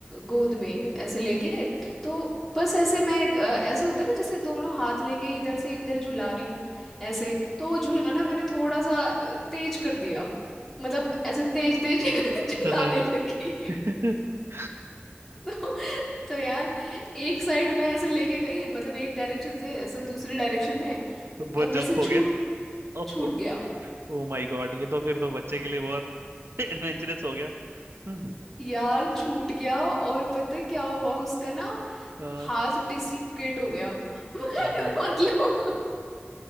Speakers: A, in the centre; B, on the right.
A: गोद में ऐसे लेके तो बस ऐसे मैं अ, ऐसे होता है ना जैसे दोनों हाथ लेके इधर से इधर झुला रही हूँ ऐसे तो झुलाना मैंने थोड़ा सा अ, तेज कर दिया मतलब ऐसे तेज तेज <laughs> झुलाने
B: हाँ
A: लगी
B: <laughs>
A: तो, तो यार एक साइड मैं ऐसे लेके गई मतलब एक डायरेक्शन से ऐसे दूसरी डायरेक्शन में
B: तो वो
A: और मेरे
B: जंप
A: से छूट
B: हो गया <laughs> ओह
A: छूट गया
B: ओ माय गॉड ये तो फिर तो बच्चे के लिए बहुत <laughs> एडवेंचरस हो गया <laughs>
A: यार छूट गया और पता है क्या हुआ उसका ना
B: हाँ,
A: हाथ डिसलोकेट हो गया <laughs> मतलब
B: ओहो